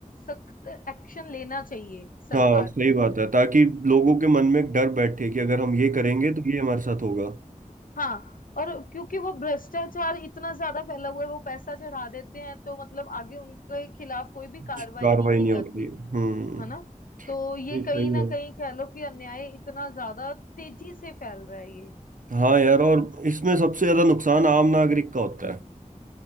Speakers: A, on the left (about 85°); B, on the right (about 70°).
A: सख्त एक्शन लेना चाहिए सरकार
B: हाँ सही
A: को
B: बात है ताकि लोगों के मन में एक डर बैठे कि अगर हम ये करेंगे तो ये हमारे साथ होगा
A: हाँ और क्योंकि वो भ्रष्टाचार इतना ज्यादा फैला हुआ है वो पैसा चढ़ा देते हैं तो मतलब आगे उनके खिलाफ कोई भी कार्रवाई
B: कुछ कार्रवाई
A: नहीं की
B: नहीं
A: जाती
B: होती है हम्म
A: है ना तो ये
B: ये
A: कहीं
B: सही
A: ना
B: है
A: कहीं कह लो कि अन्याय इतना ज्यादा तेजी से फैल रहा है ये
B: हाँ यार और इसमें सबसे ज्यादा नुकसान आम नागरिक का होता है